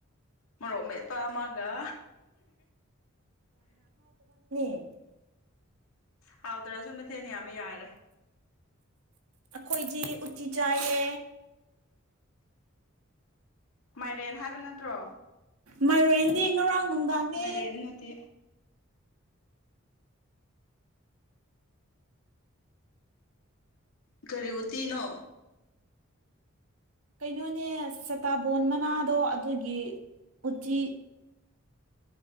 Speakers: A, on the left; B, on the right.
A: ꯃꯣꯔꯣꯛ ꯃꯠ ꯄꯥꯃꯒ
B: ꯍ
A: ꯍꯥꯎꯗ꯭ꯔꯁꯨ ꯃꯊꯤꯟꯅꯤꯌꯥꯝ ꯌꯥꯔꯦ
B: ꯑꯩꯈꯣꯏꯖꯤ ꯎꯇꯤ ꯆꯥꯏꯌꯦ
A: ꯃꯥꯏꯔꯦꯟ ꯍꯥꯏꯕ ꯅꯠꯇ꯭ꯔꯣ
B: ꯃꯥꯏꯔꯦꯟꯗꯤ ꯉꯔꯥꯡ ꯅꯨꯡꯗꯥꯡꯅꯦ
A: ꯃꯥꯏꯔꯦꯟ ꯅꯠꯇꯦ ꯀꯔꯤꯨꯇꯤꯅꯣ
B: ꯀꯩꯅꯣꯅꯦ ꯆꯇꯥꯕꯣꯟ ꯃꯅꯥꯗꯣ ꯑꯗꯨꯒꯤ ꯎꯇꯤ